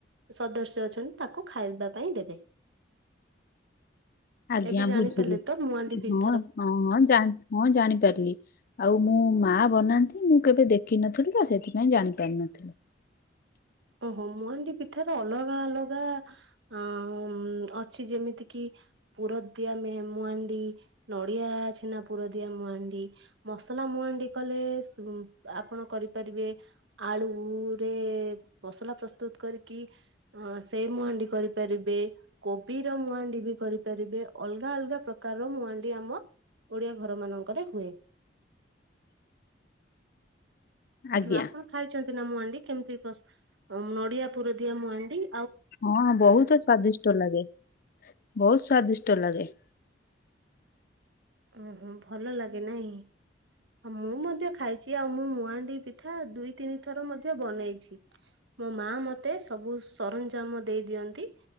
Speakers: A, on the right; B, on the left.
A: ସଦସ୍ୟ ଅଛନ୍ତି ତାକୁ ଖାଇବା ପାଇଁ ଦେବେ
B: ଆଜ୍ଞା
A: ଏବେ ଜାଣିପାରିଲେ
B: ବୁଝିଲି
A: ତ ମୁହାଣ୍ଡି ଭିତରେ
B: ହଁ ହଁ ହଁା ହଁ ଜାଣିପାରିଲି ଆଉ ମୁଁ ମା ବନାନ୍ତି ମୁଁ କେବେ ଦେଖିନଥିଲି ତ ସେଥିପାଇଁ ଜାଣି ପାରିନଥିଲି
A: ଓହୋ ମୁହାଣ୍ଡି ପିଠାର ଅଲଗା ଅଲଗା ଅମ ଅଛି ଯେମିତି କିି ପୁରଦିଆ ମେ ମୁହାଣ୍ଡି ନଡିଆ ଛେନା ପୁରଦିଆ ମୁହାଣ୍ଡି ମସଲା ମୁହାଣ୍ଡି କଲେ ସ ଆପଣ କରିପାରିବେ ଆଳୁରେ। ମସଲା ପ୍ରସ୍ତୁତ କରିକି ଅ ସେଇ ମୁହାଣ୍ଡି କରିପାରିବେ କୋବିର ମୁହାଣ୍ଡି ବି କରିପାରିବେ ଅଲଗା ଅଲଗା ପ୍ରକାରର ମୁହାଣ୍ଡି ଆମ ଓଡିଆ ଘର ମାନଙ୍କରେ ହୁଏ।
B: ଆଜ୍ଞା
A: ଆପଣ ଖାଇଛନ୍ତ ନ୍ତିନା ମୁଁ ମୁଆଣ୍ଡି କେମିତି ସ ଅମ ନଡିଆ ପୁର ଦିଆ ମୁଆଣ୍ଡି।
B: ହଁ ବହୁତ ସ୍ଵାଦିଷ୍ଟ ଲାଗେ ବହୁତ ସ୍ଵାଦିଷ୍ଟ ଲାଗେ।
A: ଓହୋ ଭଲ ଲାଗେ ନାହିଁ ମୁଁ ମଧ୍ୟ ଖାଇଛି ଆଉ ମୁଁ ମୁହାଣ୍ଡି ପିଠା ଦୁଇ ତିନି ଥର ମଧ୍ୟ ବନେଇଛି ମୋ ମା ମତେ ସବୁ ସରଞ୍ଜାମ ଦେଇ ଦିଅନ୍ତି